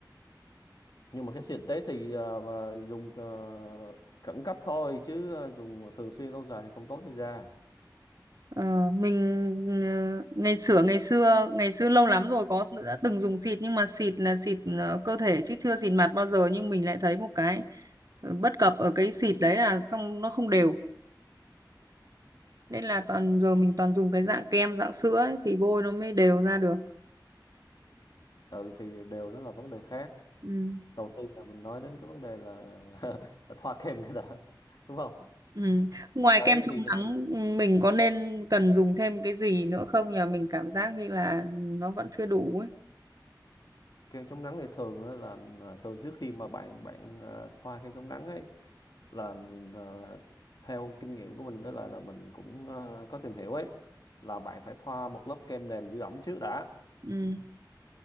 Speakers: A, on the left; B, on the right.
A: nhưng mà cái xịt đấy thì à, và dùng ờ, khẩn cấp thôi chứ ờ, dùng thường xuyên lâu dài thì không tốt cho da
B: Ờ, mình ờ, ngày xưa ngày xưa ngày xưa lâu lắm rồi có đã từng dùng xịt nhưng mà xịt là xịt ờ, cơ thể chứ chưa xịt mặt bao giờ nhưng mình lại thấy một cái ờ, bất cập ở cái xịt đấy là xong nó không đều nên là toàn giờ mình toàn dùng cái dạng kem dạng sữa ấy, thì bôi nó mới đều ra được
A: ừ thì đều đó là vấn đề khác
B: ừ.
A: đầu tiên là mình nói đến cái vấn đề là, <laughs> là thoa kem cái đã đúng không
B: Ừ. Ngoài
A: đấy
B: kem chống
A: thì,
B: nắng
A: thì
B: ừ, mình có nên cần dùng thêm cái gì nữa không nhờ mình cảm giác như là nó vẫn chưa đủ ấy
A: kem chống nắng thì thường á là là thường trước khi mà bạn bạn ờ, thoa kem chống nắng ấy là ờ, theo kinh nghiệm của mình với lại là mình cũng ờ, có tìm hiểu ấy là bạn phải thoa một lớp kem nền giữ ẩm trước đã
B: ừ.